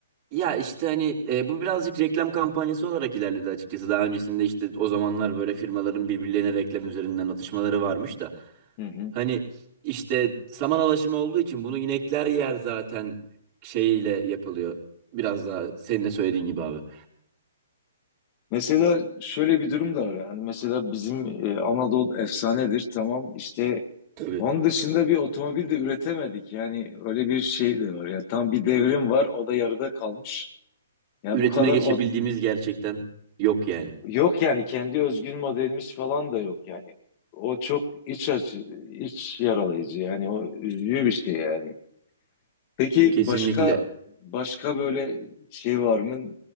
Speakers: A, on the right; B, on the left.
A: Ya işte hani e, bu birazcık reklam kampanyası olarak ilerledi açıkçası. Daha öncesinde işte o zamanlar böyle firmaların birbirlerine reklam üzerinden atışmaları varmış da.
B: Hı hı.
A: Hani işte saman alaşımı olduğu için bunu inekler yer zaten şeyiyle yapılıyor. Biraz daha senin de söylediğin gibi abi.
B: Mesela şöyle bir durum da var. Yani mesela bizim e, Anadolu efsanedir tamam işte
A: Tabii.
B: onun dışında bir otomobil de üretemedik. Yani öyle bir şey de var. Yani tam bir devrim var o da yarıda kalmış. Ya
A: Üretime
B: bu kadar
A: geçebildiğimiz gerçekten yok yani.
B: Yok yani kendi özgün modelimiz falan da yok yani. O çok iç acı, iç yaralayıcı yani o üzücü bir şey yani. Peki
A: Kesinlikle.
B: başka başka böyle şey var mı?